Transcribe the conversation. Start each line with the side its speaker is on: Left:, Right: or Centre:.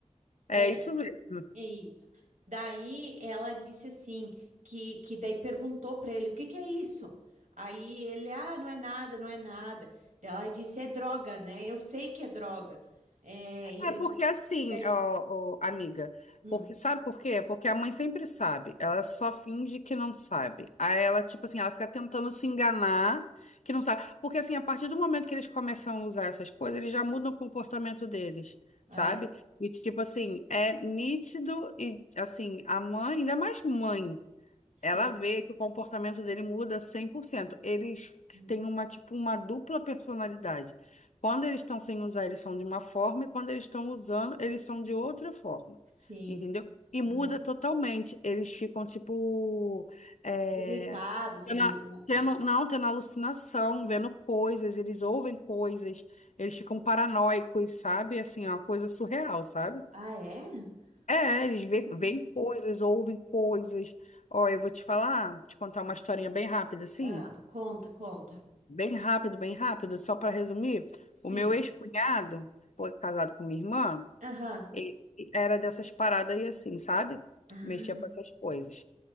Right: é.
Left: é isso mesmo.
Right: É isso. Daí ela disse assim, que, que daí perguntou para ele, o que que é isso? Aí ele, ah, não é nada, não é nada. Daí Ela disse, é droga, né? Eu sei que é droga. É, e,
Left: É porque assim,
Right: e daí,
Left: ó, ó, amiga,
Right: hum,
Left: porque sabe por quê? Porque a mãe sempre sabe, ela só finge que não sabe. Aí ela, tipo assim, ela fica tentando se enganar que não sabe. Porque assim, a partir do momento que eles começam a usar essas coisas, eles já mudam o comportamento deles, sabe?
Right: ah, é,
Left: E tipo assim, é nítido e assim, a mãe, ainda mais mãe.
Right: sim,
Left: Ela vê que o comportamento dele muda cem por cento Eles
Right: hum,
Left: têm uma, tipo, uma dupla personalidade. Quando eles estão sem usar, eles são de uma forma, e quando eles estão usando, eles são de outra forma.
Right: sim,
Left: Entendeu? E muda
Right: aham.
Left: totalmente. Eles ficam, tipo, é,
Right: Irritados,
Left: tendo,
Right: ri-
Left: a-
Right: né?
Left: tendo- não, tendo alucinação, vendo coisas, eles ouvem coisas, eles ficam paranoicos, sabe? Assim, é uma coisa surreal, sabe?
Right: ah, é?
Left: É, eles vê-
Right: Hum.
Left: veem coisas, ouvem coisas. Ó, eu vou te falar, te contar uma historinha bem rápida, assim,
Right: Ah, conta, conta.
Left: bem rápido, bem rápido, só para resumir.
Right: Sim,
Left: O meu ex-cunhado, foi casado com minha irmã,
Right: aham.
Left: ele era dessas paradas aí assim, sabe?
Right: Ai,
Left: Mexia com essas coisas.